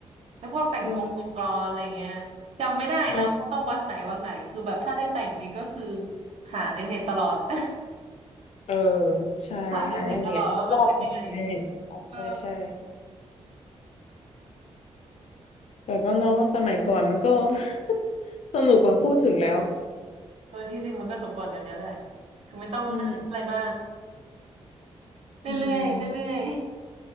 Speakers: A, on the right; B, on the left.
A: แล้วพวกแต่งกงแต่งกลอนอะไรเงี้ยจำไม่ได้นะว่าต้องวักไหนวักไหนคือแบบถ้าได้แต่งนี่ก็คือ
B: <laughs> เออ
A: หาในเน็ตตลอด <laughs>
B: เออใช่หาในเน็ตลอกคนอื่นในเน็ต
A: หาในเน็ตตลอดว่ามันเป็นยังไงเออ
B: ใช่ใช่แต่ก็เนาะสมัยก่อนมันก็ <laughs> สนุกกว่าพูดถึงแล้ว
A: เออที่จริงมันก็หนุกกว่าเดี๋ยวนี้แหละคือไม่ต้องไม่ต้องคิดอะไรมาก
B: อืม
A: เรื่อยๆเรื่อย
B: อืม